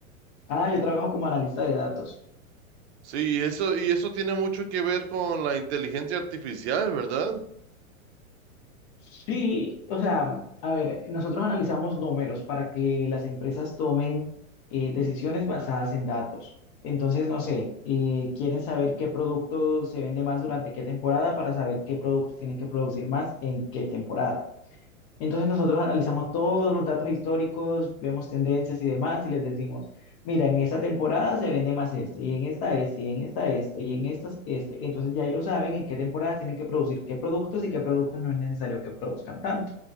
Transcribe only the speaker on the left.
Ah, yo trabajo como analista de datos.
Sí, o sea, a ver, nosotros analizamos números para que las empresas tomen eh, decisiones basadas en datos. Entonces, no sé, eh, quieren saber qué producto se vende más durante qué temporada para saber qué productos tienen que producir más en qué temporada. Entonces nosotros analizamos todos los datos históricos, vemos tendencias y demás y les decimos, mira, en esta temporada se vende más este, y en esta este, y en esta este, y en estas este. Entonces ya ellos saben en qué temporadas tienen que producir qué productos y qué productos no es necesario que produzcan tanto.